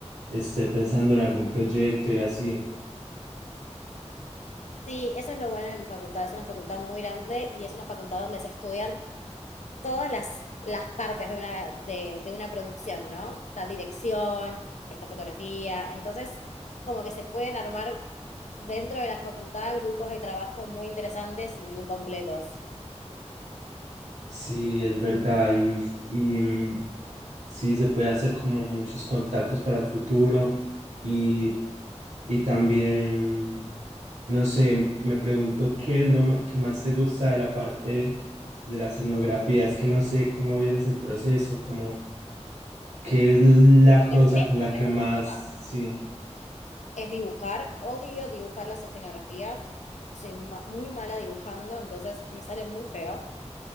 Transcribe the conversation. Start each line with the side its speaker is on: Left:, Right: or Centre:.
Right: esté pensando en algún proyecto y así.
Left: Sí, eso es lo bueno de mi facultad. Es una facultad muy grande y es una facultad donde se estudian todas las, las partes de una, de, de una producción, ¿no? Está dirección, está fotografía. Entonces, como que se pueden armar dentro de la facultad grupos de trabajo muy interesantes y muy completos.
Right: Sí, es verdad. Y, y, mm, sí se puede hacer como muchos contactos para el futuro y, y también, no sé, me pregunto qué es lo ma- que más te gusta de la parte de la escenografía. Es que no sé cómo vienes el proceso, como qué es la
Left: Lo
Right: cosa
Left: que menos
Right: con la que
Left: me gusta
Right: más, sí,
Left: es dibujar. Odio dibujar las escenografías. Soy ma- muy mala dibujando, entonces me sale muy feo.